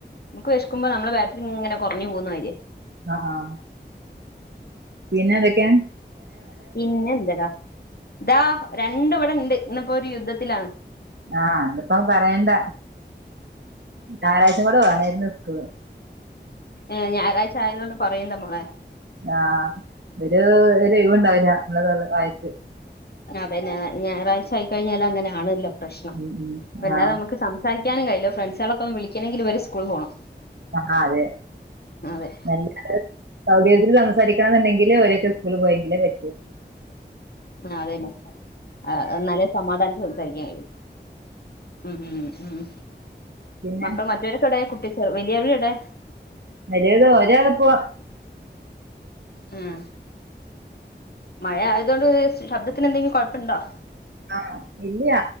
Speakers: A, on the left; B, on the right.
A: നമുക്ക് വേശ്ക്കുമ്പോ നമ്മളെ ബാറ്ററി ഇങ്ങനെ കുറഞ്ഞു പോവുന്നമാര്യ
B: ആഹ് ആഹ് പിന്നെ എന്തൊക്കെയാ
A: പിന്നെ എന്തടാ ദാ രണ്ടും ഇവിടെ ഇണ്ട് ഇന്ന്പ്പോ ഒരു യുദ്ധത്തിലാണ്
B: ആ ഇന്നിപ്പ പറയണ്ട ഞായറാഴ്ച ഇന്ന് കൂടെ വേണരുന്നു സ്കൂള്
A: ഏ ഞായറാഴ്ച ആയതൊണ്ട് പറയണ്ടാ മോളെ
B: ആഹ് ഒരു ഒഴിവ്ണ്ടാവില്ല നമ്മടെ തൊ വായക്ക്
A: അതെ ഞായറാഴ് ആയിക്കഴിഞ്ഞാല് അങ്ങനെ ആണല്ലോ പ്രശ്നം
B: ഉം ഉം
A: അല്ലാതെ
B: ആഹ്
A: നമക്ക് സംസാരിക്ക ക്കാനും കഴില്ല ഫ്രണ്ട്സുകളൊക്കെ ഒന്ന് വിളിക്കണെങ്കില് ഇവര് സ്കൂളി പോണം
B: ആഹ് അതെ
A: അതെ
B: നല്ല സൗകര്യത്തില് സംസാരിക്കണന്നുണ്ടെങ്കില് ഓരോറ്റ സ്കൂള് പോയെങ്കിലേ പറ്റൂ
A: ആ അതന്നെ ആന്നാലേ സമാധാനത്തി സംസാരിക്കാൻ കഴിയൂ ഉം ഉം ഉം
B: പിന്നെ
A: മക്കൾ മറ്റവരൊക്കേ എവിടെ കുട്ടി വലിയവര് എവിടെ
B: വലിയത് ഒരാള് ഇപ്പോ
A: ഉം മഴ ആയതൊണ്ട് ശബ്ദത്തിന് എന്തെങ്കിലും കൊഴപ്പണ്ടോ
B: ആഹ് ഇല്യ